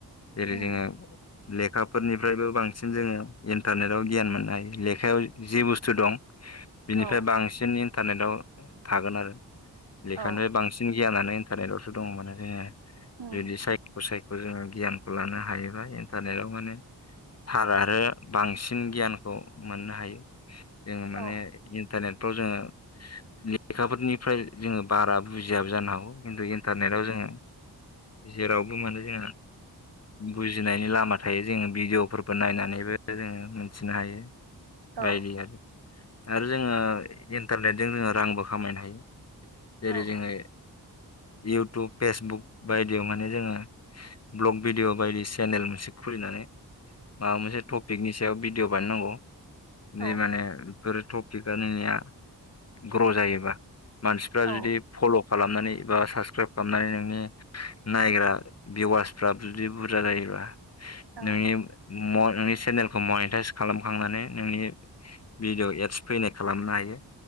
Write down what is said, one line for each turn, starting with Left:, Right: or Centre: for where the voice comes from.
Left: जेरै
Right: उम
Left: जोङो लेखाफोरनिफ्रायबो बांसिन जोङो इन्टारनेटआव गियान मोननो हायो लेखायाव जि बुस्थु दं बिनिफ्राय
Right: औ
Left: बांसिन इन्टारनेटआव थागोन आरो लेखानिफ्राय
Right: औ
Left: बांसिन गियानानो सानायलावसो दङ माने जोङो
Right: उम
Left: बिदि सायख' सायख' बे जोङो गियानखौ लानो हायोबा इन्टारनेटाव माने थार आरो बांसिन गियानखौ मोननो हायो जोङो माने
Right: औ
Left: इन्टारनेटफ्राव जोङो लेखाफोरनिफ्राय जोङो बारा बुजियाबो जानो हागौ खिन्थु इन्टारने ताव जोङो जेरावबो मोनो जोङो बुजिनायनि लामा थायो जोङो भिडिअबो नायनानैबो जोङो मोनथिनो हायो
Right: औ
Left: बायदि आरो जोङो इन्टारनेटजों जोङो रांबो खामायनो हायो। जेरै
Right: औ
Left: जोङो इउटुब फेसबुक बायदियाव माने जोङो ब्लक भिडिअ बायदि सेनेल मोनसे खुलिनानै माबा मोनसे टपिकनि सायाव भिडिय' बानायनांगौ जि
Right: औ
Left: माने बे टपिक बानायनाया ग्र' जायोबा मानसिफ्रा
Right: औ
Left: जुदि फल' खालामनानै बा साबसक्राइब खालामनानै नोंनि नायग्रा भिवार्सफ्रा जुदि बुरजा जायोबा
Right: उम
Left: नोंनि नोंनि चेनेलखौ मनिटाइस खालामखांनानै नोंनि भिडिअ एड्स फैनाय खालामनो हायो